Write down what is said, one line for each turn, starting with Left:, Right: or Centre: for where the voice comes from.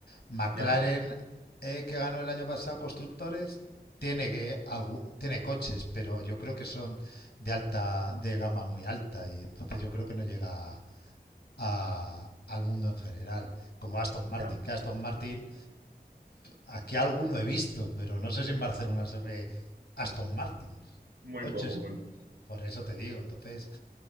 Left: McLaren,
Right: ya,
Left: eh, que ganó el año pasado constructores, tiene que algu- tiene coches, pero yo creo que son de alta, de gama muy alta, y entonces yo creo que no llega a- al mundo en general, como Aston Martin,
Right: ya,
Left: que Aston Martin Aquí alguno he visto, pero no sé si en Barcelona se ve Aston Martins.
Right: muy
Left: Coches,
Right: poco, muy poco.
Left: por eso te digo. Entonces,